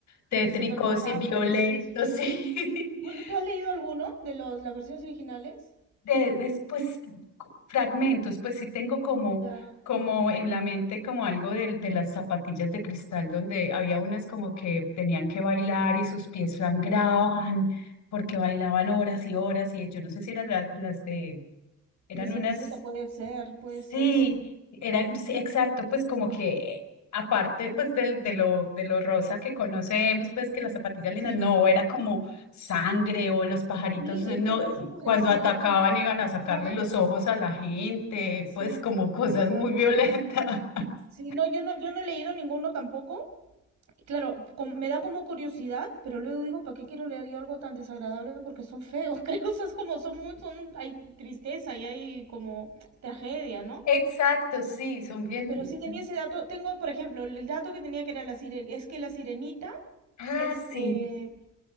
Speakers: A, on the left (about 70°); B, on the right (about 65°).
A: tétricos
B: mm, súper macabro,
A: y violentos,
B: sí, sí, sí.
A: sí.
B: ¿Tú,
A: <laughs>
B: tú has leído alguno de los, las versiones originales?
A: de, de- pues fragmentos, pues sí tengo como,
B: Ya,
A: como en la mente como algo de, de las zapatillas de cristal donde había unas como que tenían que bailar y sus pies sangraban porque bailaban horas y horas y yo no sé si eran la- las de, eran
B: de Cenicienta,
A: unas...
B: puede ser, puede ser,
A: Sí,
B: sí,
A: era, sí, exacto, pues como que aparte pues del- de, lo, de lo rosa que conocemos, pues que las zapatillas lindas,
B: sí.
A: no, era como sangre o los pajaritos,
B: Sí,
A: eh,
B: es
A: no,
B: que eran súper
A: cuando
B: así
A: atacaban iban a sacarle
B: trágicas.
A: los ojos a la gente,
B: Sí,
A: pues como cosas
B: qué fuerte.
A: muy violentas. <laughs>
B: Sí, no, yo no, yo no he leído ninguno tampoco. Y Claro, com- me da como curiosidad, pero luego digo, ¿para qué quiero leer yo algo tan desagradable? Porque son feos, <laughs> creo, o sea, es como son muy, hay tristeza y hay como tragedia, ¿no?
A: Exacto, sí, son bien.
B: Pero sí tenía ese dato, tengo, por ejemplo, el dato que tenía que era la sire- es que la sirenita,
A: Ah,
B: este,
A: sí,